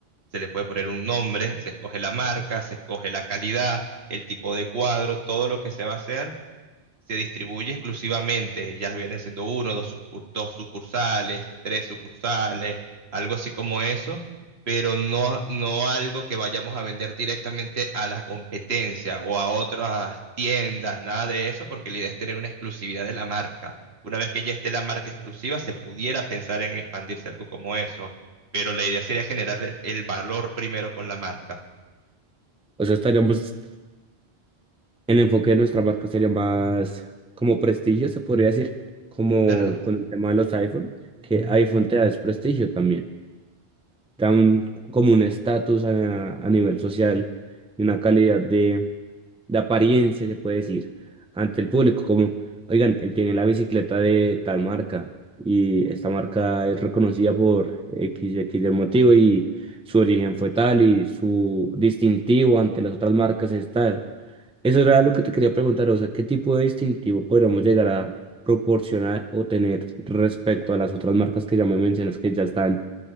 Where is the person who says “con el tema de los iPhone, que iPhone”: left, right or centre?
Centre